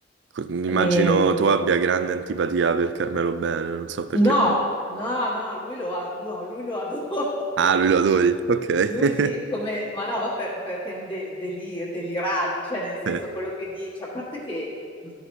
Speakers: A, on the right (about 70°); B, on the left (about 30°).
A: Co- Immagino
B: Mi,
A: tu abbia grande antipatia per Carmelo Bene, non so perché,
B: No,
A: ma...
B: no, no, lui lo, a- lui- no, lui lo adora. <laughs>
A: Ah, lui lo adori, ok.
B: Lui sì,
A: <laughs>
B: come, ma no, ma per- perché è un de- deli- delirante, cioè nel senso
A: Eh,
B: quello che dice, a parte che mh,